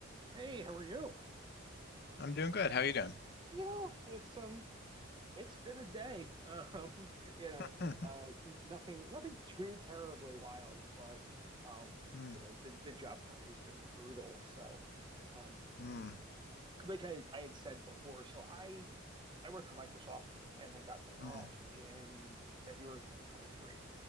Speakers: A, on the right; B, on the left.
A: Hey, how are you?
B: I'm doing good. How are you doing?
A: You know, it's um, it's been a day. <laughs> Um, you know,
B: Mm,
A: uh, n- nothing, nothing too terribly wild, but um,
B: mm,
A: you know, the the job hunt has been brutal. So, um,
B: mm,
A: like I I had said before, so I I worked for Microsoft and then got laid
B: mm,
A: off in February 2023,